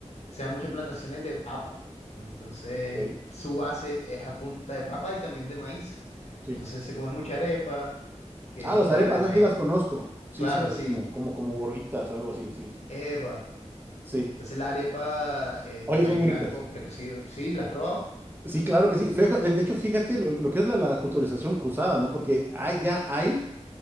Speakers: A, on the left; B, on the right.
A: sea, muchas plantaciones de papa. Entonces,
B: Ok,
A: su base es a punta de papa y también de maíz.
B: sí.
A: Entonces, se come mucha arepa, que
B: Ah,
A: es
B: las
A: hecha
B: arepas,
A: de maíz.
B: esas sí las conozco. Sí,
A: Claro,
B: son
A: sí.
B: como, como, como gorditas, algo así, sí.
A: Eva.
B: Sí.
A: Entonces, la arepa eh,
B: Oye,
A: de maíz
B: son muy
A: blanco
B: ricas.
A: precocido. Sí, ¿la has probado?
B: Sí, claro que sí. Feja- De, de hecho, fíjate lo, lo que es la, la culturización cruzada, ¿no? Porque hay- ya hay